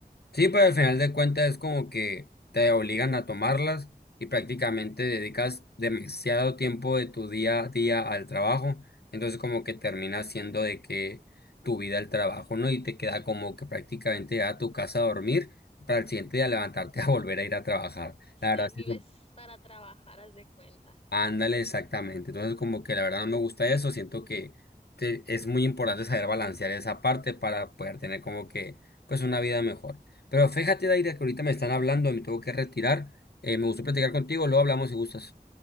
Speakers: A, on the left (about 75°); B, on the left (about 40°).
A: Sí, pero al final de cuentas es como que te obligan a tomarlas y prácticamente dedicas demasiado tiempo de tu día a día al trabajo. Entonces como que termina siendo de que tu vida el trabajo, ¿no? Y te queda como que prácticamente ya a tu casa a dormir para el siguiente día levantarte <laughs> a volver a ir a trabajar.
B: Sí,
A: La verdad sí
B: vives para trabajar, haz de cuenta.
A: Ándale, exactamente. Entonces, como que la verdad no me gusta eso. Siento que te- es muy importante saber balancear esa parte para poder tener como que, pues, una vida mejor. Pero fíjate, Daira, que ahorita me están hablando, me tengo que retirar. Eh, me gustó platicar contigo, luego hablamos si gustas.